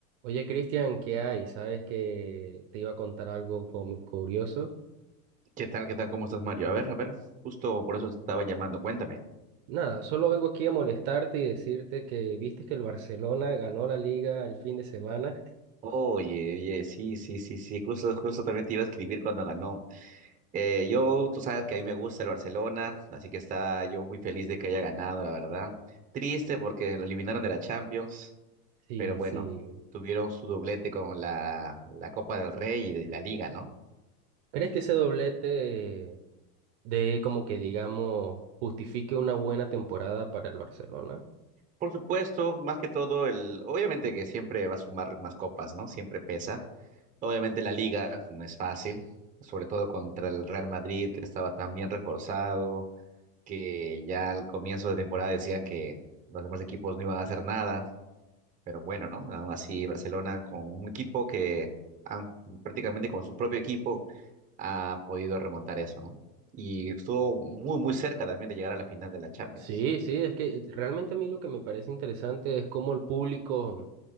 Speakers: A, on the right; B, on the right.
A: Oye, Cristian, ¿qué hay? Sabes que te iba a contar algo como curioso.
B: ¿Qué tal? ¿Qué tal? ¿Cómo estás, Mario? A ver, a ver, justo por eso te estaba llamando, cuéntame.
A: Nada, solo vengo aquí a molestarte y decirte que viste que el Barcelona ganó la liga el fin de semana.
B: Oye, oye, sí, sí, sí, sí, justo, justo también te iba a escribir cuando ganó. Eh, yo, tú sabes que a mí me gusta el Barcelona, así que está yo muy feliz de que haya ganado, la verdad. Triste porque lo eliminaron de la Champions,
A: Sí,
B: pero bueno,
A: sí.
B: tuvieron su doblete con la, la Copa del Rey y de la Liga, ¿no?
A: ¿Crees que ese doblete de como que digamos justifique una buena temporada para el Barcelona?
B: Por supuesto, más que todo, el, obviamente que siempre va a sumar más copas, ¿no? Siempre pesa Obviamente la liga no es fácil, sobre todo contra el Real Madrid, que estaba tan bien reforzado, que ya al comienzo de temporada decían que los demás equipos no iban a hacer nada, pero bueno, ¿no? Aún así, Barcelona con un equipo que ah, prácticamente con su propio equipo ha podido remontar eso, ¿no? Y estuvo muy, muy cerca también de llegar a la final de la Champions.
A: Sí, sí, es que realmente a mí lo que me parece interesante es cómo el público